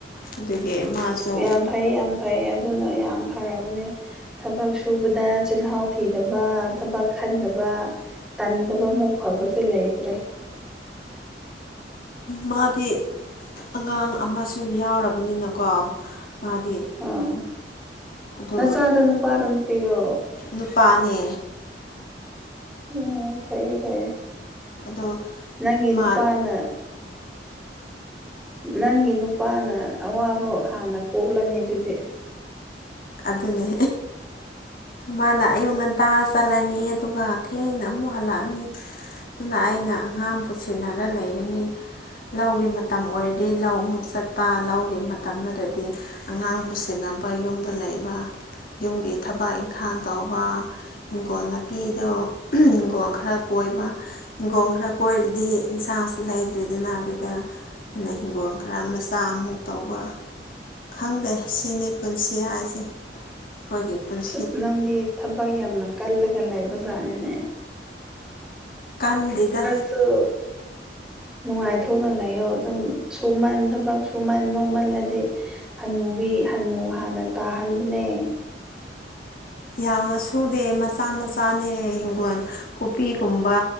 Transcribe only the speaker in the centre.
ꯑꯁ ꯌꯥꯝ ꯐꯩ ꯌꯥꯝ ꯐꯩ ꯑꯗꯨꯅ ꯌꯥꯝ ꯐꯔꯕꯅꯦ ꯊꯕꯛ ꯁꯨꯕꯗ ꯆꯤꯜꯍꯥꯎ ꯊꯤꯗꯕ ꯊꯕꯛ ꯈꯟꯗꯕ ꯇꯟꯗꯕ ꯃꯨꯛ ꯐꯕꯁꯦ ꯂꯩꯇ꯭ꯔꯦ
ꯑꯥ
ꯅꯆꯥꯗꯣ ꯅꯨꯄꯥꯔꯣ ꯅꯨꯄꯤꯔꯣ
ꯎꯝ ꯐꯌꯦ ꯐꯌꯦ
ꯅꯪꯒꯤ
ꯅꯨꯄꯥꯅ ꯅꯪꯒꯤ ꯅꯨ ꯅꯨꯄꯥꯅ ꯑꯋꯥꯕ ꯍꯥꯟꯅ ꯀꯣꯛꯂꯅꯤ ꯑꯗꯨꯗꯤ
ꯑꯁ ꯅꯪꯗꯤ ꯊꯕꯛ ꯌꯥꯝꯅ ꯀꯜꯂꯒ ꯂꯩꯕ ꯖꯥꯠꯅꯤꯅꯦ
<unintelligible> ꯅꯨꯡꯉꯥꯏꯊꯣꯛꯅ ꯂꯩꯌꯣ ꯑꯗꯨꯝ ꯁꯨꯃꯟ ꯊꯕꯛ ꯁꯨꯃꯟ ꯅꯣꯝꯃꯜꯂꯗꯤ ꯍꯟꯅꯨꯕꯤ ꯍꯟꯅꯨ ꯍꯥꯟꯅ ꯇꯥꯍꯟꯕꯅꯦ